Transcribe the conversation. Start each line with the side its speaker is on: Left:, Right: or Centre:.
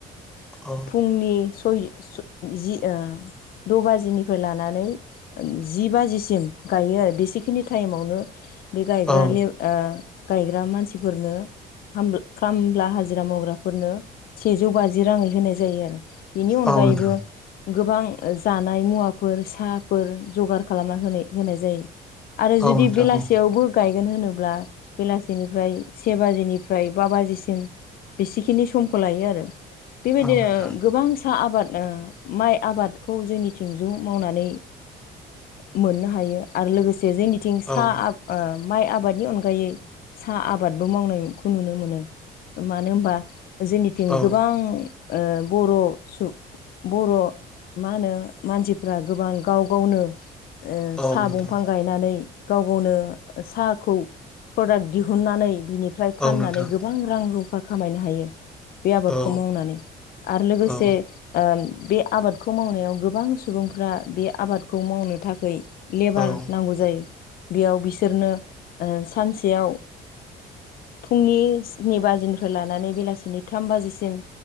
Centre: औ
Left: फुंनि ओ सय जि ओ द बाजिनिफ्राय लानानै जि बाजिसिम गायो आरो बेसेखिनि टाइमावनो बे गायग्रा
Centre: औ
Left: ले ओ गायग्रा मानसिफोरनो हाम खाम ब्ला हाजिरा मावग्राफोरनो सेजौ बाजि राङै होनाय जायो आरो बेनि अनगायैबो
Centre: औ नोंथां
Left: गोबां जानाय मुवाफोर साहाफोर जगार खालामना होनाय होनाय जायो। आरो
Centre: औ
Left: जुदि
Centre: नोंथां
Left: बेलासेयावबो
Centre: औ
Left: गायगोन होनोब्ला बेलासेनिफ्राय से बाजिनिफ्राय बा बाजिसिम बेसेखिनि समखौ लायो आरो बेबायदिनो
Centre: औ नोंथां
Left: गोबांसा आबाद ओ माइ आबादखौ जोंनि थिंजौ मावनानै मोननो हायो आरो लोगोसे जोंनि थिं साहा
Centre: औ
Left: आ ओ माइ आबादनि अनगायै साहा आबादबो मावनायखौ नुनो मोनो। मानो होमबा जोंनिथिं
Centre: औ
Left: गोबां ओ बर' सु बर' मा होनो मानसिफ्रा गोबां गाव गावनो ओ
Centre: औ
Left: साह
Centre: नोंथां
Left: बंफां गायनानै गाव गावनो प्रदाक दिहुननानै बि निफ्राय
Centre: औ
Left: फाननानै
Centre: नोंथां
Left: गोबां रां रुफा खामायनो हायो। बे आबादखौ
Centre: औ
Left: मावनानै आरो लोगोसे
Centre: औ
Left: ओ बे आबादखौ मावनायाव गोबां सुबुंफ्रा बे आबादखौ मावनो थाखै लेबार
Centre: औ
Left: नांगौ जायो। बेयाव बिसोरनो ओ सानसेयाव फुंनि स्नि बाजि निफ्राय लानानै बेलासिनि थाम बाजिसिम